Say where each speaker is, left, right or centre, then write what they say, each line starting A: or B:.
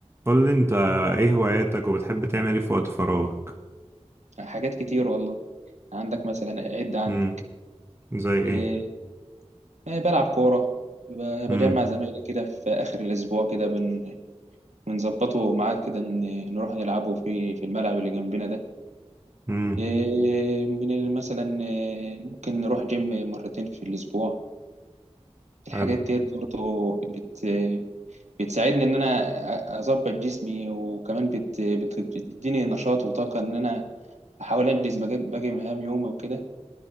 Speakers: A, on the right; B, on the right.
A: قول لي انت ايه هواياتك وبتحب تعمل ايه في وقت فراغك
B: حاجات كتير والله عندك مثلا عد عندي
A: امم زي
B: إيه
A: ايه
B: يعني بلعب كورة ب-
A: امم
B: بجمع زمايلي كده في آخر الأسبوع كده بن- بنظبطه ميعاد كده إن نروح نلعبه في في الملعب اللي جنبنا ده
A: امم
B: إيه من ال- مثلا إيه، ممكن نروح جيم مرتين في الأسبوع الحاجات
A: حلو
B: ديت برضه بت بتساعدني إن أنا أ- أظبط جسمي وكمان بت بت- بتديني نشاط وطاقة إن أنا أحاول أنجز باقي باقي مهام يومي وكده